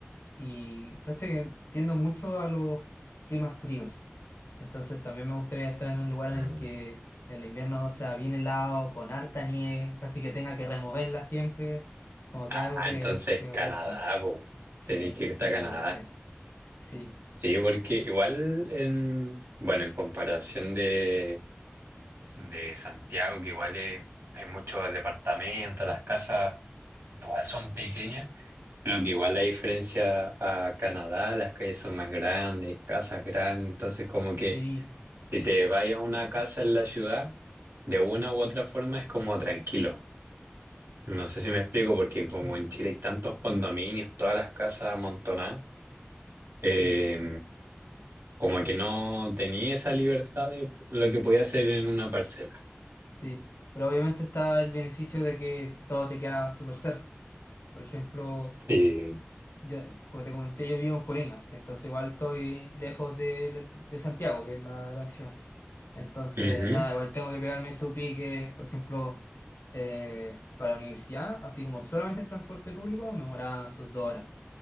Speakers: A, on the left; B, on the right.
A: Y, ¿cachai? Que tiendo mucho a los climas fríos. Entonces también me gustaría estar en un lugar
B: Mm.
A: en el que el invierno sea bien helado, con harta nieve, casi que tenga que removerla siempre. Como
B: Ah,
A: que algo que,
B: entonces
A: que me
B: Canadá,
A: gusta.
B: po.
A: Sí,
B: Tenés que irte
A: sí,
B: a
A: totalmente.
B: Canadá.
A: Sí,
B: Sí, porque igual en, bueno, en comparación de, de Santiago, que igual es- hay muchos departamentos, las casas igual son pequeñas. Bueno, que igual la diferencia a Canadá, las calles son más grandes, casas grandes, entonces como que
A: sí.
B: si te vas a una casa en la ciudad, de una u otra forma es como tranquilo. No sé si me explico, porque como
A: Mm,
B: en Chile hay tantos condominios, todas las casas amontonadas, eh,
A: mm.
B: como que no tenía esa libertad de lo que podía hacer en una parcela.
A: Sí, pero obviamente está el beneficio de que todo te queda súper cerca. Por ejemplo,
B: Sí.
A: yo, como te comenté, yo vivo en Colinas, que entonces igual estoy lejos de, de Santiago, que es la gran ciudad. Entonces,
B: Ujú.
A: nada, igual tengo que pegarme su pique, por ejemplo, eh, para la universidad, así como solamente el transporte público, me demoraba sus dos horas,